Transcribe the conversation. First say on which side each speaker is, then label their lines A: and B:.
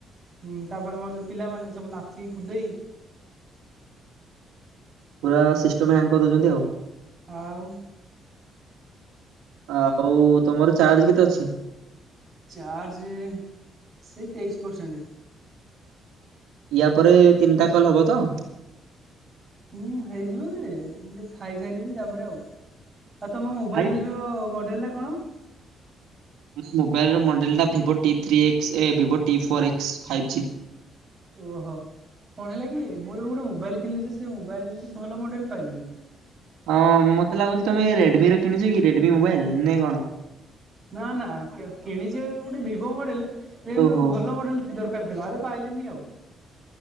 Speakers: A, on the right; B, on the right.
A: ହୁଁ ତାପରେ ଆମର ଯୋଉ ପିଲାମାନେ ସବୁ ନାଚି କୁଦେଇ
B: ପୁରା ସିଷ୍ଟମ ହ୍ୟାଙ୍ଗ କରିଦଉଛନ୍ତି ଆଉ
A: ଆଉ
B: ଆଉ ତମର ଚାର୍ଜ କେତେ ଅଛି
A: ଚାର୍ଜ ସେଇ ତେଇଶି ପରସେଣ୍ଟ
B: ୟା ପରେ ତିନିଟା କଲ ହବ ତ
A: ହୁଁ ହେଇଯିବ ଯେ ମୁଁ ଟିକେ ଖାଇସାରିବି ତାପରେ ଆଉ ଆଉ ତମ ମୋବାଇଲ
B: ଭାଇ
A: ର ମଡେଲ ଟା କଣ
B: ମୋ ମୋବାଇଲ ର ମଡେଲା ଟା ଭିଭୋ ଟି ଥ୍ରୀ ଏକ୍ସ ଏ Vivo T four X five G
A: ଓହୋ କଣ ହେଲା କି ମୁଁ ଏବେ ଗୋଟେ ମୋବାଇଲ କିଣିଲି ଯେ ସେ ମୋବାଇଲ ଭଲ ମଡେଲ ପାଇଲିନି
B: ହଁ ମତେ ଲାଗୁଛି ତମେ ରେଡମି ର କିଣିଛ କି ରେଡମି ମୋବାଇଲ ନାଇଁ କଣ
A: ନା ନା କିଣିଛେ ଗୋଟେ ଭିବୋ ମଡେଲ କିନ୍ତୁ
B: ଓହୋ
A: ଭଲ ମଡେଲ ଦରକାର ଥିଲା ଆବେ ପାଇଲିନି ଆଉ